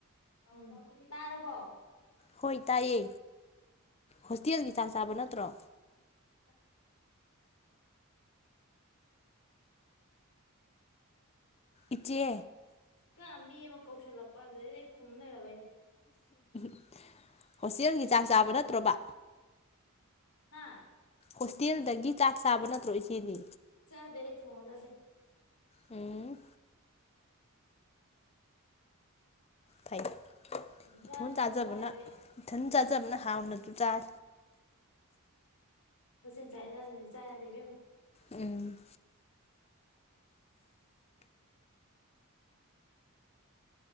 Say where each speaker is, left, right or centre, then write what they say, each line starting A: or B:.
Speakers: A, on the left; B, on the left.
A: ꯎꯝ ꯇꯥꯔꯕꯣ
B: ꯍꯣꯏ ꯇꯥꯏꯌꯦ ꯍꯣꯁꯇꯦꯜ ꯆꯥꯛ ꯆꯥꯕ ꯅꯠꯇ꯭ꯔꯣ
A: ꯆꯠꯈ꯭ꯔꯦ
B: ꯏꯆꯦ
A: ꯀ ꯃꯤ ꯑꯃ ꯀꯧꯁꯜꯂꯛꯄ ꯑꯗꯨꯗꯩꯗꯤ ꯑꯩ ꯈꯨꯝ ꯂꯩꯔꯕ ꯑꯩꯁꯦ
B: <inaudible> ꯍꯣꯁꯇꯦꯜꯒꯤ ꯆꯥꯛ ꯆꯥꯕ ꯅꯠꯇ꯭ꯔꯣꯕ
A: ꯍꯥꯥ
B: ꯍꯣꯁꯇꯦꯜꯗꯒꯤ ꯆꯥꯛ ꯆꯥꯕ ꯅꯠꯇ꯭ꯔꯣ ꯏꯆꯦꯗꯤ
A: ꯆꯥꯗꯦ ꯑꯩ ꯊꯣꯡꯉ ꯆꯥꯖꯩ
B: ꯎꯝ ꯐꯩ
A: ꯏꯁꯥꯅ
B: ꯏꯊꯣꯟ
A: ꯊꯣꯡꯉ
B: ꯆꯥꯖꯕꯅ
A: ꯆꯥꯏꯌꯦꯕ ꯑꯩ
B: ꯏꯊꯟ
A: ꯎꯝ
B: ꯆꯥꯖꯕꯅ ꯍꯥꯎꯅꯁꯨ ꯆꯥꯏ
A: ꯍꯣꯁꯇꯦꯜ ꯆꯥꯛ ꯍꯦꯟꯖꯥꯡ ꯁꯤꯗꯤ ꯆꯥ ꯌꯥꯗꯦ ꯢꯕꯦꯝꯃꯥ
B: ꯎꯝ